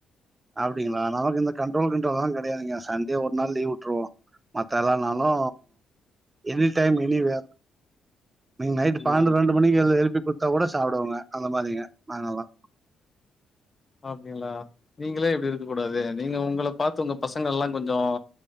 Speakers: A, on the right; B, on the left.
A: அப்டிங்ளா நமக்கு இந்த கண்ட்ரோல் கிண்ட்ரோல்லா கெடையாதுங்க சண்டே ஒரு நாள் லீவ் விட்டுருவோ மத்த எல்லா நாளு எனி டைம் எனிவேர் நீங்க நைட் பன்னென்டு
B: ம்
A: ரெண்டு மணிக்கு எ எழுப்பி குடுத்தா கூட சாப்டுவோங்க அந்த மாரிங்க நாங்கெல்லாம்
B: அப்டிங்களா நீங்களே இப்டி இருக்க கூடாது நீங்க உங்கள பார்த்து உங்க பசங்கல்லாம் கொஞ்சோ